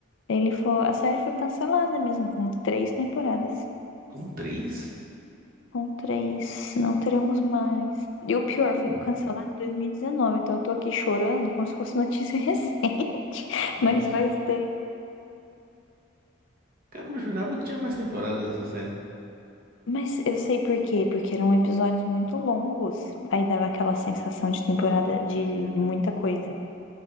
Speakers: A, on the left; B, on the right.
A: ele foi, a série foi cancelada mesmo, com três temporadas.
B: Com três?
A: Com três, não teremos mais. E o pior,
B: Caramba,
A: foi cancelado em 2019, então eu tô aqui chorando como se fosse notícia <laughs> recente,
B: Nossa.
A: mas faz tempo.
B: Caramba, eu jurava que tinha mais temporada dessa série.
A: Mas eu sei por quê, porque eram episódios muito longos, aí dava aquela sensação de temporada de muita coisa.